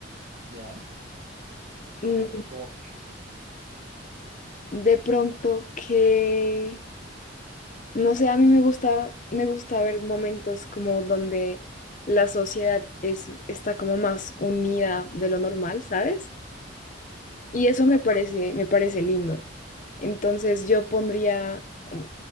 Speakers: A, on the right; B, on the left.
A: ¿Ya? Como,
B: Mm,
A: como que.
B: De pronto que, no sé, a mí me gusta, me gusta ver momentos como donde la sociedad es, está como más unida de lo normal, ¿sabes? Y eso me parece, me parece lindo. Entonces yo pondría mm,